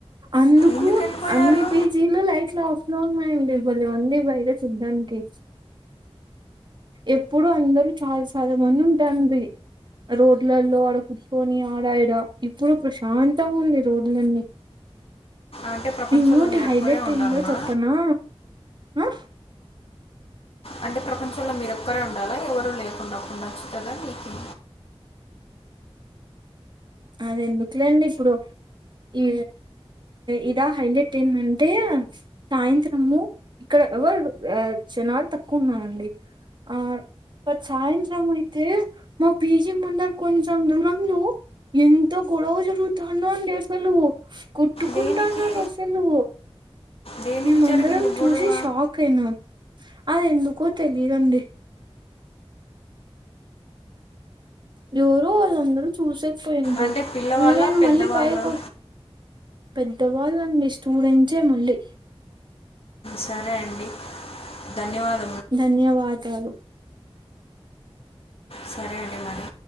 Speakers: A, on the right; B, on the left.
A: అందుకు
B: ఎందుకు వెళ్ళిపోయారు
A: అన్ని బీజీలు లైట్లు ఆఫ్ లో ఉన్నాయండిలే భలే ఉంది బయట చూడ్డానికి ఎప్పుడు అందరూ చాలా చాలా మంది ఉంటారండి రోడ్లలో అడుక్కొని ఆడ ఈడ ఇప్పుడు ప్రశాంతంగా ఉంది రోడ్లన్నీ
B: అంటే ప్రపంచంలో
A: ఇంకోటి
B: మీరు
A: హైలైట్
B: ఒక్కరే ఉండాలనా
A: అయిందో చెప్పనా ఆ
B: అంటే ప్రపంచంలో మీర ఒక్కరే ఉండాలా ఎవరు లేకుండా అప్పుడు నచ్చుతుందా మీకు
A: అది ఎందుకులే అండి ఇప్పుడు ఈ ఇదా హైలైట్ ఎన్ టంటే అంటే సాయంత్రము ఇక్కడ ఎవరు జనాలు తక్కువ ఉన్నారండి ఆ సాయంత్రం అయితే మా పీజీ ముంద కొంచెం దూరంలో ఎంత గొడవ జరుగుతాందో తెలుసుకో నువ్వు కుట్టుకుంటాన్నారు
B: దేనికి
A: అసలు
B: దేనికి
A: మేమ
B: జరిగింది
A: అందరం చూసి
B: గొడవ
A: షాక్ అయినాం అది ఎందుకో తెలియదండి జరు అళంద చూసే పోయింది
B: అంటే పిల్లవాళ్ళ
A: ఇనే
B: పెద్దవాళ్ళ
A: మళ్ళీ పయకి పెద్దవాళ్ళ స్టూడెంట్ ఏ మళ్ళీ
B: సరే అండి ధన్యవాదాలు
A: ధన్యవాదాలు
B: సరే అండి మరి